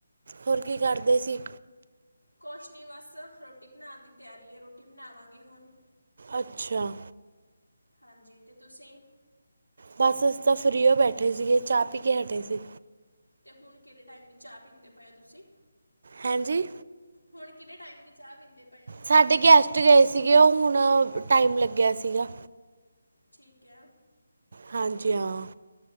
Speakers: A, on the right (about 50°); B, on the left (about 85°).
A: ਹੋਰ ਕੀ ਕਰਦੇ ਸੀ?
B: ਕੁਛ ਨਹੀਂ ਬਸ, ਰੋਟੀ ਬਣਾਉਣ ਦੀ ਤਿਆਰੀ ਏ ਰੋਟੀ ਬਣਾਵਾਂਗੇ ਹੁਣ।
A: ਅੱਛਾ।
B: ਹਾਂਜੀ ਤੇ ਤੁਸੀਂ?
A: ਬਸ ਅਸੀ ਤਾਂ ਫਰੀ ਹੀ ਬੈਠੇ ਸੀਗੇ ਚਾਹ ਪੀ ਕੇ ਹਟੇ ਸੀ।
B: ਤੇ ਹੁਣ ਕਿਹੜੇ ਟਾਈਮ ਦੀ ਚਾਹ ਪੀਂਦੇ ਪਏ ਹੋ ਤੁਸੀਂ।
A: ਹੈਂਜੀ?
B: ਹੁਣ, ਕਿਹੜੇ ਟਾਈਮ ਦੀ ਚਾਹ ਪੀਂਦੇ ਪਏ ਔ?
A: ਸਾਡੇ ਗੈਸਟ ਗਏ ਸੀਗੇ ਉਹ ਹੁਣ ਟਾਈਮ ਲੱਗਿਆ ਸੀਗਾ।
B: ਠੀਕ ਹੈ।
A: ਹਾਂਜੀ ਹਾਂ।